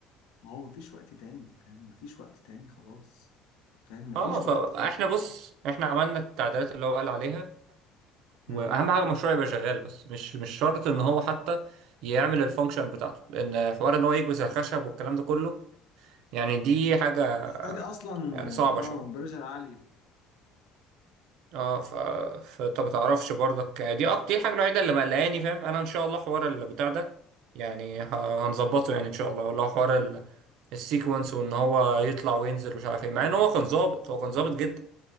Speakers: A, on the left; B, on the right.
A: ما هو ما فيش وقت تاني فاهم ما فيش وقت تاني خلاص فاهم ما
B: اه
A: فيش
B: فاحنا
A: وقت خلاص هت-
B: بص احنا عملنا التعديلات اللي هو قال عليها
A: مم.
B: واهم حاجه المشروع يبقى شغال بس مش مش شرط ان هو حتى يعمل الفانكشن بتاعته لان حوار ان هو يكبس الخشب والكلام ده كله يعني دي حاجه
A: محتاج اصلا
B: يعني صعبه
A: اه
B: شويه
A: برجر عالية
B: اه ف... فانت ما تعرفش برضك دي اكتر دي الحاجه الوحيده اللي مقلقاني فاهم انا ان شاء الله حوار البتاع ده يعني ه- هنظبطه يعني ان شاء الله اللي هو حوار ال... السيكونس وان هو يطلع وينزل مش عارف ايه مع ان هو كان ظابط هو كان ظابط جدا